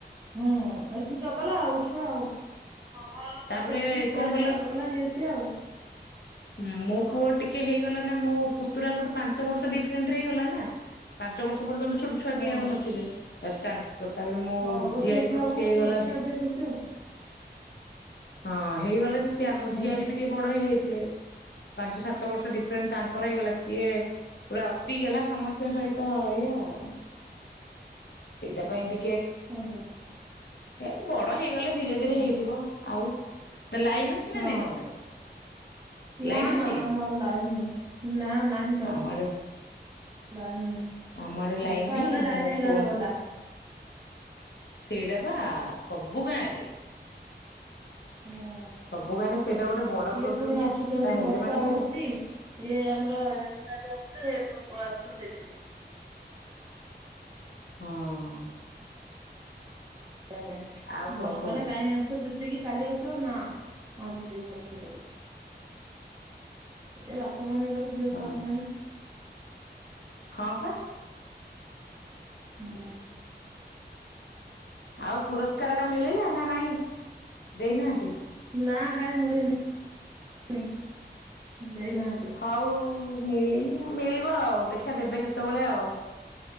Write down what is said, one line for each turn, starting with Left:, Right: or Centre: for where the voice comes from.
Right: ହୁଁ ଏଠି ଚଗଲା ଆଉ ଛୁଆ ଆଉ ଘର ଲୋକଙ୍କୁ
Left: ତାପରେ
Right: ଦେଖିକି ଟିକେ
Left: କଣ
Right: ଅଧିକା
Left: କଲ
Right: ଚଗଲା ଇଏ ସିଏ ଆଉ
Left: ହୁଁ ମୋ
Right: ହଁ।
Left: ପୁଅ ଟିକେ ହେଇଗଲା ନା ମୋ ପୁତୁରାଙ୍କଠୁ ପାଞ୍ଚ ବର୍ଷ ଡିଫରେଣ୍ଟ ରେ ହେଇଗଲା ନା। ପାଞ୍ଚ ବର୍ଷ ସେ ପର୍ଯ୍ୟନ୍ତ ଛୋଟ ଛୁଆ
Right: ହଁ।
Left: କିଏ ଆଉ ନଥିଲେ। <unintelligible> ତାପରେ ମୋ
Right: ହଁ ଗୋଟିଏ
Left: ଝିଆରୀଙ୍କଠୁ
Right: ଛୁଆକୁ
Left: ସେଏ ହେଇଗଲା।
Right: ଟିକେ ଅଧିକ ଖୁସି ଆଉ।
Left: ହଁ ହେଇଗଲା ଯେ ସେ ଆମ
Right: ହୁଁ।
Left: ଝିଆରି ବି ଟିକେ ବଡ ହେଇଯାଇ ଥିଲେ ପାଞ୍ଚ ସାତ ବର୍ଷ ଡି ଫେଣେ ତାଙ୍କର ହେଇଗଲା ସିଏ ପୁରା ଅତି ଗେହ୍ଲା। ସମସ୍ତଙ୍କ ସହିତ ଇଏ ଆଉ ସେଇଟା ପାଇଁ ଟି
Right: ଆଜ୍ଞା।
Left: ଏ ବଡ ହେଇଗଲେ ଧୀରେ ଧୀରେ
Right: ହୁଁ
Left: ହେଇଯିବ
Right: ହୁଁ
Left: ଆଉ। ତ ଲାଇନ ଅଛି
Right: ହଁ
Left: ନା ନାଇଁ ତମ ଆଡେ ଲାଇନ
Right: ନା ନା
Left: ଅଛି
Right: ଆମର ଲାଇନ ନାହିଁ ନା ନାହିଁ ତ।
Left: ଆମ ଆଡେ
Right: ଲାଇନ
Left: ଆମ ଆଡେ ଲାଇନ
Right: ବର୍ଷା
Left: ନାଇଁ
Right: ହେଲେ
Left: ମୁଁ
Right: ଲାଇନ
Left: ମୋ
Right: ଏଇ
Left: ଫୋନ
Right: ଗାଁରେ ଗଲା।
Left: ସେଇଟା ବା ସବୁ ଗାଁରେ
Right: ହୁଁ।
Left: ସବୁ ଗାଁରେ ସେଇଟା ଗୋଟେ ବଡ
Right: ଇଏ
Left: ପ୍ରୋବ୍ଲେମ
Right: ପୁଣି
Left: କି
Right: ଆସୁଛନ୍ତି
Left: ହେଲେ
Right: ବର୍ଷା
Left: ମାନେ
Right: ହଉଛି ଇଏ ଆମରଠ ଆସେ ପୁଣି ରାଷ୍ଟ ଦେଇଠିକି
Left: ହଁ।
Right: ସେ ପାଇଁ
Left: ଆଉ
Right: ବର୍ଷାରେ
Left: କଣ କହୁଛ
Right: କାହିଁ ଆସୁ ସେତିକି କାଲି ଆସିବ ନା। ମାଝ ଯ ଭ ସେ ସେଟା <unintelligible> ମାନଙ୍କର ଝିଅ
Left: ହଁ
Right: ସଙ୍କାଣି
Left: ହଁ ବା।
Right: ହୁଁ।
Left: ଆଉ ପୁରସ୍କାର ଟା ମିଳିଲା ନା ନାଇଁ ଦେଇନାହାନ୍ତି।
Right: ନା କାଇଁ ମିଳିନି। ଦେଇନାହାନ୍ତି।
Left: ହଉ ମେଳିନି ଆଉ ମଳିବ। ଆଉ ଦେଖିବା ଦେବେ କେତେବେଳେ ଆଉ।